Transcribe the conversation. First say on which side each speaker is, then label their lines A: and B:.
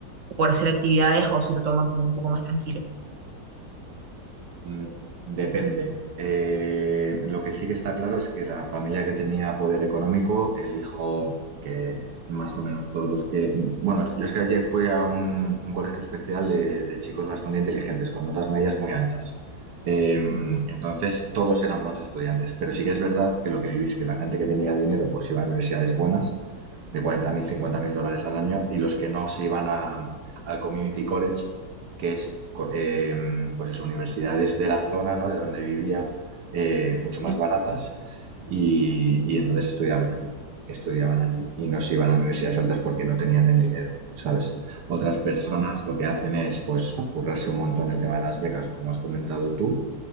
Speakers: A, on the right (about 55°); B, on the right (about 70°).
A: por hacer actividades o se lo toman como un poco más tranquilo.
B: Mm, Depende. Eh, lo que sí que está claro es que la familia que tenía poder económico, el hijo que más o menos todos los que... Bueno, yo es que ayer fui a un, un colegio especial de, de chicos bastante inteligentes, con notas medias muy altas. Eh,
A: Ok,
B: entonces, todos eran buenos estudiantes, pero sí que es verdad que lo que vivís, que la gente que tenía dinero, pues iba a universidades buenas de cuarenta mil cincuenta mil dólares al año, y los que no se iban a, al Community College, que es, eh, pues eso, universidades de la zona, ¿no? De donde vivía, eh, mucho
A: sí,
B: más baratas, y, y entonces estudiaban allí, estudiaban allí, y no se iban a universidades altas porque no tenían el dinero, ¿sabes? Otras personas
A: ok,
B: lo que hacen es, pues, currarse un montón el tema de las becas, como has comentado tú,